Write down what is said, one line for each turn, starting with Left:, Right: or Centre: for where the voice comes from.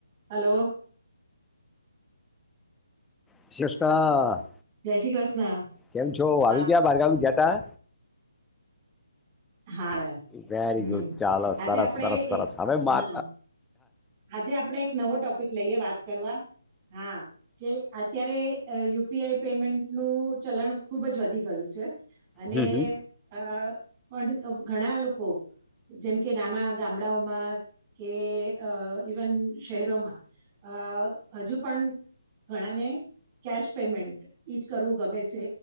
Right: હલો.
Centre: વિશેષતા
Right: જય શ્રી કૃષ્ણ
Centre: કેમ છો
Right: હા
Centre: આવી ગયા બારગામ ગયા ત્તા
Right: હા
Centre: વેરી
Right: હમ
Centre: ગુડ ચાલો
Right: આજે
Centre: સરસ
Right: આપણે
Centre: સરસ
Right: એક
Centre: સરસ હવે માર
Right: હા આજે આપડે એક નવો ટોપિક લઈએ વાત કરવા હા કે અત્યારે યુપીઆઈ પેમેન્ટનુંું ચલણ ખુબ જ વધી ગયું છે અને
Centre: હમ હમ
Right: આ પણ ઘણા લોકો જેમ કે નાના ગામડાઓમાં કે અ ઇવન શહેરોમાં અ હજુ પણ ઘણાને કેશ પેમેન્ટ એ જ કરવું ગમે છે